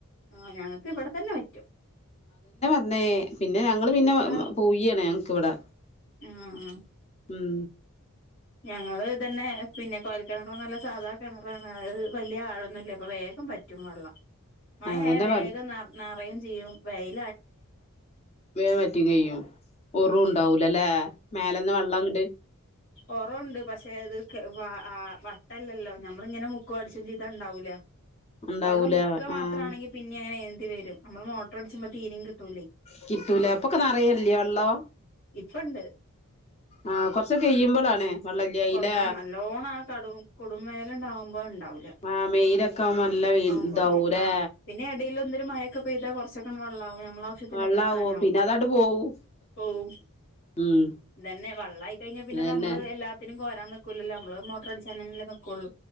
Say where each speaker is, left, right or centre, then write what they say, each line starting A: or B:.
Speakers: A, on the left; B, on the left.
A: ആഹ് ഞങ്ങക്ക് ഇവിടെ തന്നെ വറ്റും
B: ന്നേ പിന്നെ ഞങ്ങൾ
A: എന്ത്ത്താ
B: പിന്നെ പൂയിആണ് ഞങ്ങക്കിവിടെ
A: ആഹ്
B: ഉം
A: ഞങ്ങള് ഇതെന്നേ പിന്നെ കൊയൽ കിണറുംഅല്ല സാധാ കിണറാണ് അത് വലിയ ആഴൊന്നുല്ല അപ്പൊ വേഗ വേഗം വറ്റും വള്ളം മഴആയാ
B: അതന്നെ
A: വേഗംനറ നറയും ചെയ്യും വയ്
B: വേ വറ്റിം കഴും ഒറും
A: ഉം
B: ഉണ്ടാവൂലല്ലേ മേലന്ന വെള്ളംങ്ങട്ട്
A: ഒറവുണ്ട് പക്ഷേ അത് വ വട്ടല്ലല്ലോ നമ്മളിങ്ങനെ മുക്ക അടിച്ച ചെയ്ത ഉണ്ടാവൂല
B: ഉണ്ടാവൂല
A: വെള്ളം മുക്ക മാത്രംമാണെങ്കിൽ
B: ആഹ്
A: പിന്നെ അങ്ങനെ എന്തി വരും നമ്മള് മോട്ടോർ അടിച്ച്പോ തീരയും കിട്ടും കിട്ടുലെ
B: കിട്ടൂല അപ്പൊക്കെ നിറയല്ലേ വെള്ളം
A: ഇപ്പംണ്ട്
B: ആഹ് കൊറച്ച് കഴിയുമ്പോളാണ് വെള്ളല്ലായില്ലേ
A: കൊക്ക ആ നല്ലോണം ആ കടു. കുടുംബൈല്ങ്ങട്ടാകുമ്പംകുമ്പോ ഉണ്ടാവും കുലം
B: ആഹ് മെയിലൊക്കെ ആവുമ്പോ നല്ല വെയിൽ
A: ആ ഉം
B: ഇതാവൂലേ
A: പ മ് ആ പിന്നെ എടീല് എന്തും മഴൊക്ക പെയ്താ കൊറാച്ചൊക്കെങ്ങട്ട് വെള്ളാവും നമ്മള ആവശ്യത്തിനൊക്കെ
B: വെള്ളാവും
A: എടുക്കാനാവും
B: പിന്നെ അതങ്ങട് പോവും
A: പോവും
B: ഉം
A: ഇതന്നെ വെള്ളആയി കഴിഞ്ഞാൽ പിന്നെപ്പ
B: അതന്നെ
A: നമ്മള് എല്ലാത്തിനും കോരാൻ നിക്കൂലല്ലോ നമ്മള് മോട്ടറടിച്ചനെന്നല്ലെ നിക്കൊള്ളു